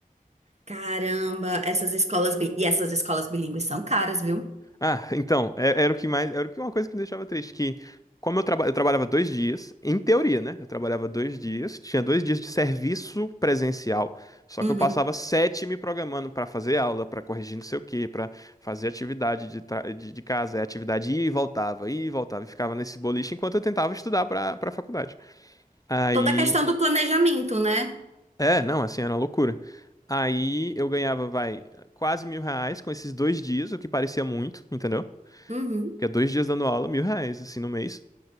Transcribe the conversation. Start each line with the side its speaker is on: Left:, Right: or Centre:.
Right: Caramba, essas escolas bi- e essas escolas bilíngues são caras, viu?
Left: Ah, então, é- era o que mais, era o que uma coisa que me deixava triste, que como eu, traba, eu trabalhava dois dias, em teoria, né? Eu trabalhava dois dias, tinha dois dias de serviço presencial, só
Right: Uhum.
Left: que eu passava sete me programando pra fazer aula, pra corrigir não sei o quê, pra fazer atividade de, tra- de, de casa, é atividade ia e voltava, ia e voltava, e ficava nesse boliche enquanto eu tentava estudar pra para faculdade. Aí,
Right: Toda a questão do planejamento, né?
Left: é, não, assim, era uma loucura. Aí eu ganhava, vai, quase mil reais com esses dois dias, o que parecia muito, entendeu?
Right: Uhum,
Left: Porque é dois dias dando aula, mil reais, assim, no mês.